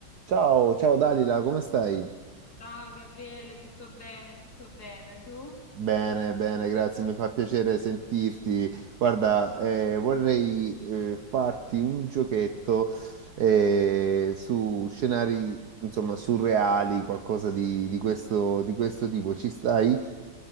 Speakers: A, on the right (about 60°); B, on the left (about 55°).
A: Ciao, ciao Dalila, come stai?
B: Ciao Gabriele, tutto bene? Tutto bene, tu?
A: Bene, bene, grazie, mi fa piacere sentirti. Guarda, eh, vorrei eh, farti un giochetto eh, su scenari, insomma, surreali, qualcosa di, di questo, di questo tipo. Ci stai?